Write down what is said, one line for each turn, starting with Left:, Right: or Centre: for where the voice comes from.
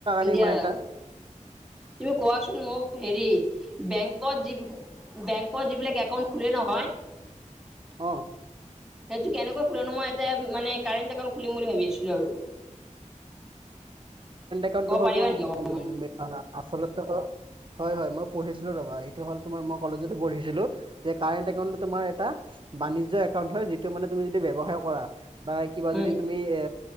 Right: নাই
Centre: দিয়া
Right: ইমান এটা
Centre: তুমি কোৱাচোন মোক হেৰি বেংকত যি বেংকৰ যিবিলাক একাউন্ট খোলে নহয়।
Right: অ'।
Centre: এইটো কেনেকৈ খোলনো মই এটা মানে কাৰেণ্ট একাউট খুলিম বুলি ভাবি আছিলোঁ আৰু।
Right: <unintelligible> টো
Centre: ক'ব
Right: হ'ল
Centre: পাৰিবা
Right: তোমাৰ
Centre: নেকি অকমান
Right: উম, আ-আচলতে হয়, হয়, মই পঢ়িছিলো ৰ'বা এইটো হ'ল তোমাৰ মই কলেজতো পঢ়িছিলো যে কাৰেণ্ট এ তোমাৰ এটা বাণিজ্য একাউণ্ট হয় যিটো মানে তুমি যদি ব্যৱসায় কৰা। বা কিবা
Centre: উম
Right: যদি তুমি এ